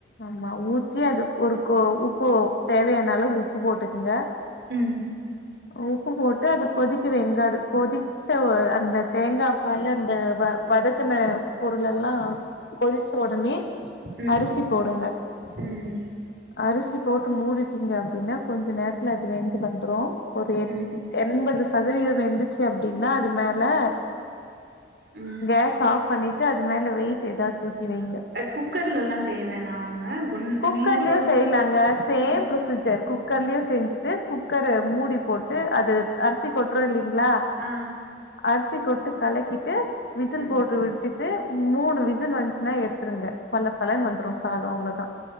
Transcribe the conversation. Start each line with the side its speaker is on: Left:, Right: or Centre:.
Left: ஆமா ஊத்தி அது ஒரு கோ உப்பு தேவையான அளவு உப்பு போட்டுக்குங்க
Right: ம்
Left: உப்பு போட்டு அது கொதிக்க வைங்க கொதி ச்ச அ அந்த தேங்கா பால் அந்த வ வதக்குன பொருள் எல்லா கொதிச்ச உடனே
Right: ம்
Left: அரிசி போடுங்க
Right: ம்
Left: அரிசி போட்டு மூடிடீங்க அப்டின்னா கொஞ்ச நேரத்துல அது வெந்து வந்துரு ஒரு எட்
Right: ம்
Left: எண்பது சதவீத வெந்துச்சு அப்டினா அது மேல
Right: ம்
Left: கேஸ் ஆஃப் பண்ணிட்டு அது மேல வெயிட் ஏதாது தூக்கி வைங்க
Right: குக்கர்லல்லா செய்ய வேணாங்க குண்
Left: குக்கர்லயு
Right: நீங்க சொல்றது
Left: செய்யலாங்க சேம்
Right: ஆ
Left: ப்ரோசீஜர் குக் குக்கர்லயு செஞ்சுட்டு குக்கர் மூடி போட்டு அது அரிசி கொட் கொட்றோல்லிங்களா
Right: ஆ
Left: அரிசி போட்டு கலக்கிட்டு விசுல்
Right: ம்
Left: போட்டு விட்டு டு மூணு விசுல் வந்துச்சுன்னா எடுத்துருங்க பல பலன்னு வந்துடு சாத அவ்வளவுதா